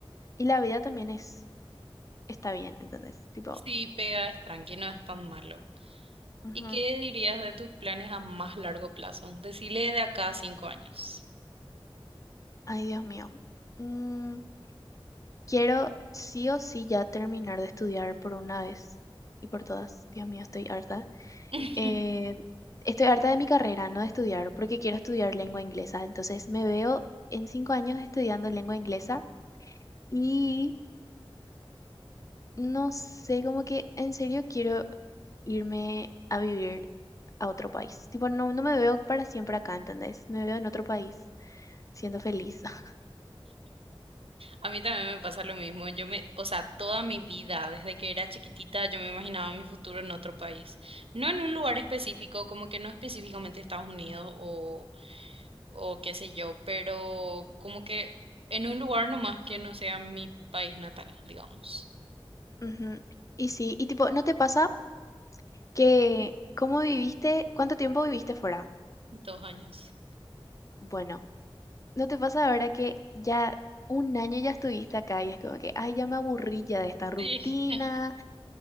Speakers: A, on the left; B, on the right.
A: Y la vida también es, está bien, ¿entendés? Tipo,
B: Sí, pega, es tranqui, no es tan malo.
A: ujú.
B: ¿Y qué dirías de tus planes a más largo plazo? Decile de acá a cinco años.
A: Ay, Dios mío. Mm, quiero sí o sí ya terminar de estudiar por una vez y por todas. Dios mío, estoy harta.
B: <laughs>
A: eh, estoy harta de mi carrera, no de estudiar, porque quiero estudiar lengua inglesa. Entonces me veo en cinco años estudiando lengua inglesa y no sé, como que en serio quiero irme a vivir a otro país. Tipo, no, no me veo para siempre acá, ¿entendés? Me veo en otro país. siendo feliz. <laughs>
B: A mí también me pasa lo mismo. Yo me, o sea, toda mi vida, desde que era chiquitita, yo me imaginaba mi futuro en otro país. No en un lugar específico, como que no específicamente Estados Unidos o, o qué sé yo, pero como que en un lugar nomás que no sea mi país natal, digamos.
A: Ujú. Y sí, y tipo, ¿no te pasa que cómo viviste, cuánto tiempo viviste fuera?
B: Dos años.
A: Bueno. ¿No te pasa ahora que ya un año ya estuviste acá y es como que, ay, ya me aburrí ya de esta rutina,
B: Sí,